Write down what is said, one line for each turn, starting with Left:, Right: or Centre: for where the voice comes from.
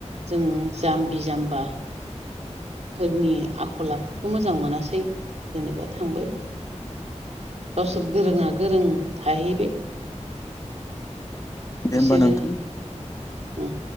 Right: जों जाम्बि जाम्बा फोरनि आखल आखुखौ मोजां मोनासै जेनेबा थांबाय। गावसोर गोरोंआ गोरों थाहैबाय।
Left: दे
Right: बिसोरो
Left: होमबा नोंथां
Right: उम